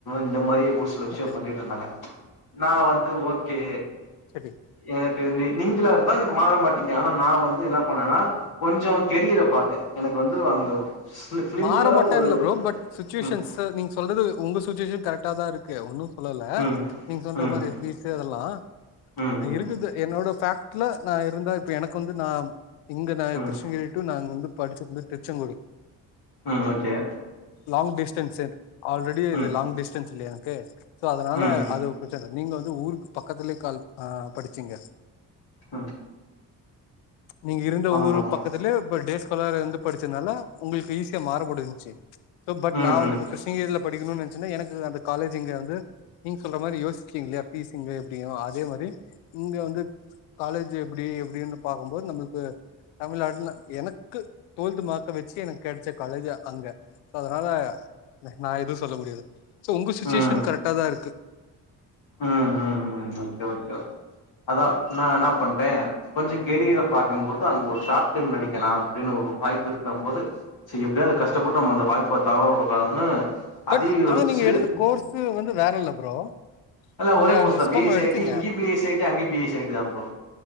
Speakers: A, on the left; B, on the left.
A: இந்த மாதிரி ஒரு சில விஷயம்
B: ஓகே
A: பண்ணிட்ருந்தாங்க நான் வந் ஓ கே
B: சரி
A: எனக்கு நீங்களா இருந்தா மாற மாட்டீங்க ஆனா நா வந்து என்னா பண்ணேனா கொஞ்சோ கேரியர பாத்தேன் எனக்கு வந்து அங்க பிலிம்ல
B: மாற மாட்டேன்ல்ல
A: ஒரு
B: ப்ரோ பட் சுச்சுவேஷன்ஸு
A: ம்
B: நீங் சொல்றது உங்க சுச்சுவேஷன் கரெக்டா தா இருக்கு ஒன்னு சொல்லல
A: ம்
B: நீங் சொல்ற
A: ம்
B: மாரி ஃபிசு அதல்லா
A: ம் ம்
B: அ இருக்குது என்னோட ஃபே ட்ல நா இருந்தா இப்ப எனக்கு வந்து நா இங்க நா
A: ம்
B: கிருஷ்ணகிரி டூ நாங் வந்து படிச்சது து திருச்செங்கோடு
A: ம் ஓகே
B: லாங் டிஸ்டன்ஸ் சேந்து ஆல்ரெடி இது
A: ம்
B: லாங் டிஸ்டன்ஸ் இல்லயா தேர்க் சோ அதனால
A: ம்
B: அது <unintelligible> நீங்க வந்து ஊருக் பக்கத்துலே கால் அ படிச்சீங்க
A: ம்
B: நீங்க இருந்த
A: ஆமா
B: ஊருக்
A: ஆமா
B: பக்கத்துலே இப்ப டேஸ்காலருந்து படிச்சனால உங்களுக்கு ஈஸி <unintelligible> மாறுபடுஞ்சு சோ பட்
A: ம்
B: நா வந்து
A: ம்
B: இப்ப கிருஷ்ணகிரில படிகுனுன்னு நெ ச்சின்ன எனக்கு அந்த காலேஜ்ங்க வந்து நீங்க சொல்ற மாரி யோசிச்சீங் இல்லயா பீஸ் இங்க எப்டியும் அதே மாரி இங்க வந்து காலேஜ் எப்டி எப்டினு பாக்கும்போது நம்முல்க்கு தமிழ்நாடுல எனக்கு டுவல்த் மார்க்கா வச்சு எனக் கெடைச்ச காலேஜ்ஜ அங்க சோ அதனால நா எதும் சொல்ல முடியாது சோ உங்க சுச்சுவேஷ்ன்
A: ம் ம்
B: கரெக்டாதா இருக்கு
A: ம் ம் ஓகே ஓகே ஓகே அதா நா என்னா பண்டே கொஞ்சோ கெரியர பாக்கும்போது அங் ஒரு ஷார்ட் பிலிம் நடிக்கலா அப்டின்னு ஒரு வாய்ப்பு இருக்கம்போது செரி எப்டியாது அது கஷ்டபட்டு நம்ம அந்த வாய்ப்ப தவற உடக்கூடாதுன்னு
B: பட்
A: அதியு யோச்சு
B: ஆனா நீங்க எடுத்த கோர்ஸ் வந்து வேற இல்ல ப்ரோ
A: எல்லா
B: நீங்க
A: ஒரே கோர்ஸ்தா
B: Viscom
A: B S E
B: எடுத்தீங்க
A: I T இங்கியு B S E I T அங்கியு பி எசி இ ஐ டி தா ப்ரோ